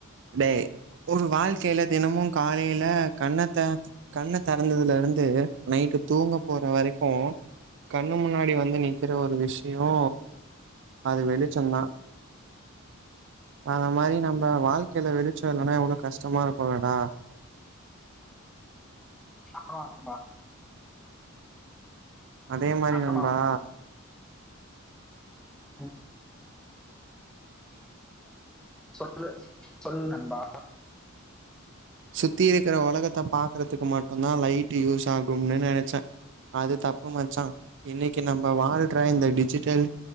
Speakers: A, on the right (about 60°); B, in the centre.
A: டேய் ஒரு வாழ்கைல தினமு காலைல கண்ணத்தி கண்ண தெறந்ததுலேருந்து நைட்டு தூங்க போற வரைக்கும் கண்ணு முன்னாடி வந்து நிக்கிற ஒரு விஷ்யோ அது வெளிச்சம் தா அத மாரி நம்ப வாழ்க்கைல வெளிச்சோ இல்லன்னா எவ்ளோ கஷ்டமாருக்குலடா
B: ஆமா நண்பா
A: அதே மாரி
B: ஆமா
A: நண்பா
B: ஆமா ம், சொல்லு சொல்லு நண்பா
A: சுத்தி இருக்குற ஒலகத்த பாக்குறதுக்கு மட்டு தான் லைட்டு யூஸ் ஆகும்னு நெனச்சே அது தப்பு மச்சா இன்னக்கி நம்ப வாழ்ற இந்த டிஜிட்டல்